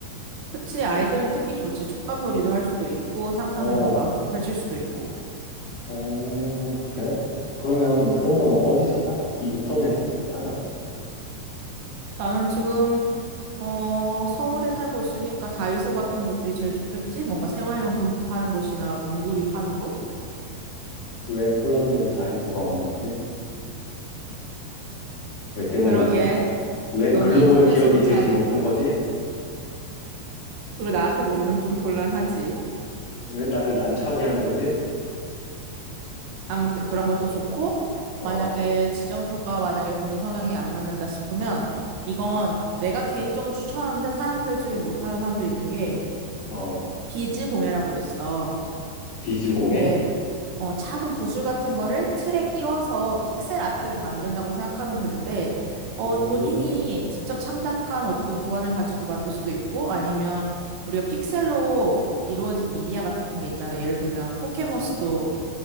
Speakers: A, on the right (about 75°); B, on the left (about 55°).
A: 그치, 아이들은 특히 좋지. 촉감놀이도 할 수도 있고 상상력을
B: 어,
A: 마음껏 펼칠 수도 있고.
B: 어, 그래? 그러면 그런 건 어디서 사? 인터넷으로 사나?
A: 나는 지금 어, 서울에 살고 있으니까 다이소 같은 곳들이 제일 좋겠지? 뭔가 생활용품 파는 곳이나 문구류 파는 곳?
B: 왜 폴란드엔 다이소가 없는 거지? 왜 때문이지?
A: 그러게.
B: 왜
A: 너는
B: 글로벌
A: 인터넷으로
B: 기업이 되지
A: 사야겠다.
B: 못한 거지?
A: 그걸 나한테 물으면 좀 곤란하지.
B: 왜 나를 난처하게 하는 거지?
A: 아무튼 그런 것도 좋고,
B: 어,
A: 만약에 지점토가 만약에 본인 성향에 안 맞는다 싶으면, 이건 내가 개인적으로 추천하는데 사람들 중에 못하는 사람도 있는 게,
B: 어,
A: 비즈 공예라고 있어.
B: 비즈공해?
A: 이게 어, 작은 구슬 같은 거를 틀에 끼워서 픽셀 아트를 만든다고 생각하면 되는데, 어,
B: 오,
A: 본인이 직접 창작한 어떤 도안을 가지고 만들 수도 있고, 아니면 우리가 픽셀로 이루어진 미디어 같은 게 있잖아. 예를 들면 포켓몬스도